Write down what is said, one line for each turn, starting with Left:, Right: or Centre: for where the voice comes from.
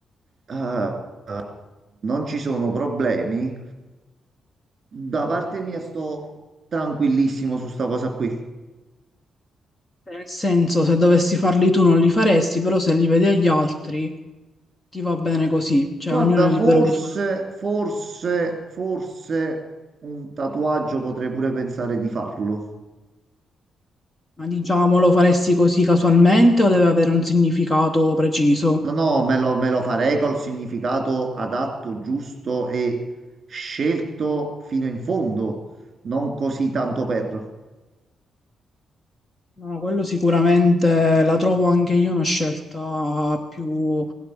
Right: eh, non ci sono problemi. Da parte mia sto tranquillissimo su sta cosa qui.
Left: Nel senso, se dovessi farli tu non li faresti, però se li vedi agli altri ti va bene così, cioè
Right: Guarda,
Left: ognuno è libero
Right: forse,
Left: di farlo.
Right: forse, forse un tatuaggio potrei pure pensare di farlo.
Left: Ma diciamo, lo faresti così casualmente o deve avere un significato preciso?
Right: No, no, me lo, me lo farei col significato adatto, giusto e scelto fino in fondo, non così tanto per.
Left: No, no, quello sicuramente la trovo anche io una scelta più,